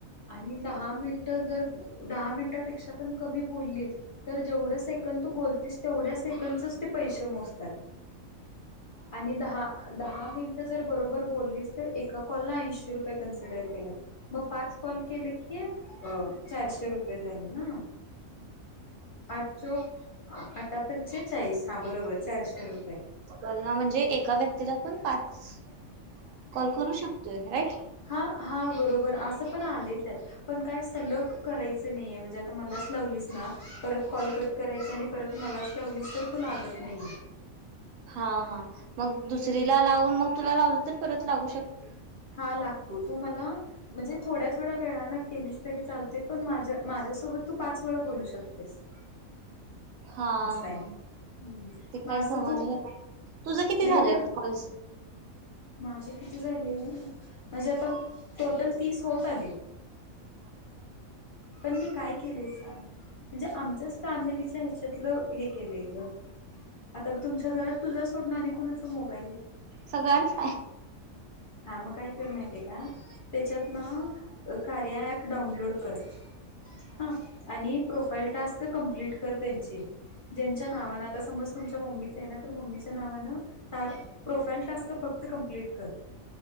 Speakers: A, on the left; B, on the right.
A: आणि दहा मिनिट जर दहा मिनिटापेक्षा पण कमी बोललीस तर जेवढं सेकंंद तू बोलतीस तेवढ्या सेकंच ते पैसे मोजतात आणि दहा दहा मिनिटं जर बरोबर बोललीस तर एका कॉलला ऐंशी रुपये कन्सिडर केलात मग पाच कॉल केले की चारशे रुपये झाले ना आठ चोक आठ पचे चाळीस हा बरोबर चारशे रुपये
B: कल ना म्हणजे एका व्यक्तीला पण पाच कॉल करू शकतोय राईट
A: हा हा बरोबर असं पण आले त्यात पण काय सलग करायच नाहीे म्हणजे आता मलाच लावली ना परत कॉल कट करायच आणि परत मलाच लावलीस तर तू लागत नाहीे
B: हा हा मग दुसरीला लावून मग तुला लावल तर परत लावू शकते
A: हा लागतो तू मला म्हणजे थोड्या थोड्या वेळाान केलीस तरी चालते पण माझ्या माझ्यासोबत तू पाच वेळा बोलू शकतेस
B: हा
A: असं आहे
B: हा
A: हम्म
B: ते
A: मग
B: काय
A: असं
B: समजलं
A: तू
B: नाही तुझं किती
A: नाहीतर
B: झालंत कॉल्स
A: माझे किती झाले म्हणजे आता टोटल तीस होत आले पण मी काय केलंय स म्हणजे आमच्याच फॅमिलीच्या ह्याच्यातलं हे केलंय ग आता म तुमच्या घरात तुझ्या सोडणं आणि कुणाचा मोबाईलय.
B: सगळ्यांच.
A: हा मग काय कर माहिती का? त्याच्यात ना कार्या आप डाउनलोड कर. हा आणि प्रोफाईल टास्क कमप्लीट कर त्यांचे, ज्यांच्या नावान आता समज तुमच्या मम्मीच आहे ना तर मम्मीच्या नावान प्रोफाईल टास्क फक्त कमप्लीट कर.